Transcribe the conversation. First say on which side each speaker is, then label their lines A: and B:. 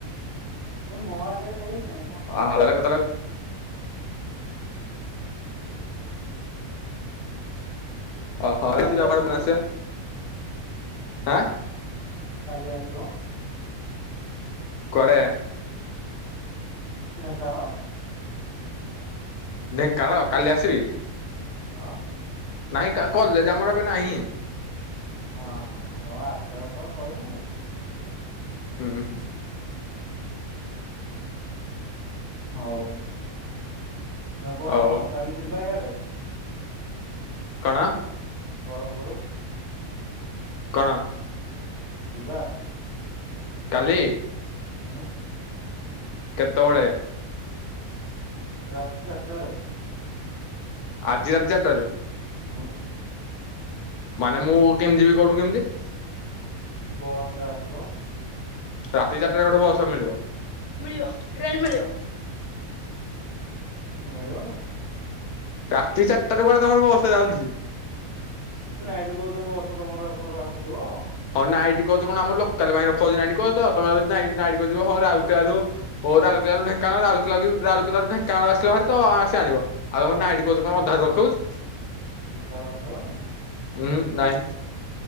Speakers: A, on the right; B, on the left.
A: ମୋ ଆଗରେ କେହି ଗୁଁ ଗୁଁ ହେବେନି।
B: ଅଲଗା କେତେବେଳେ? <unintelligible>
A: ହଁ କାଲି ଆସିବ କି କାଲି ଆସିବ।
B: କୁଆଡେ?
A: ନା ତ।
B: ଢେଙ୍କାନାଳ କାଲି ଆସିବି?
A: ହଁ।
B: ନାଇଁ କ କଲେଜ୍‌ ଏବେ ନାହିଁ।
A: ହଁ ହୋଉ ଆସିବ ତ କହିବୁ ଆଉ।
B: ହୁଁ ହୁଁ।
A: ହୋଉ ନା କଣ
B: ହଉ
A: କାଲି ଯିବା ଇଆଡେ?
B: କଣ?
A: ବ୍ରହ୍ମପୁର
B: କଣ?
A: ଯିବା।
B: କାଲି?
A: ଉଁ।
B: କେତେବେଳେ?
A: ରାତି ଚାରିଟାରେ।
B: ଆଜି ରାତି ଚାରିଟାରୁ?
A: ହୁଁ।
B: ମାନେ ମୁଁ କେମିତିି ଯିବି, କୋଉଠୁ କେମିତି?
A: ବସ୍‌ରେ ଆସିବ।
B: ରାତି ଚାରିଟାରେ ଗୋଟେ ବସ୍‌ ମିଳିବ।
A: ମିଳିବନି?
B: ରାତି ଚାରିଟାରୁ କୁଆଡେ ତମର ବସ୍ ଟା ଚାଲୁଚି?
A: ନାଇଟ୍ କହୁଚ ବସ୍‌ ତମର ହେକରୁ ଆସୁଥିଵ।
B: ହଁ ନାଇଟ୍ କହୁଚ ଆମର ଲୋକାଲ୍ ପାଖରେ ରଖୁଚି ନାଇଁଟ୍ କହୁଚ ତମେ ନାଇଁ ନାଇଁଟ୍ ହଁ ରାଉଲକେଲା ରୁ ଓ ରାଉଲକେଲାରୁ ଢେଙ୍କାନାଳ, ରାଉଲକେଲା ରାଉଲକେଲାରୁ ଢେଙ୍କାନାଳ ଆସିବହାରିତ ସେ ଆଣିବ। ଆଉ ନାଇଟ୍ କହୁଚ କଣ ଅଧାରୁ ରଖୋଉଚି।
A: ଅଧାରେ ରଖେଇବନି?
B: ହୁଁ ନାଇଁ।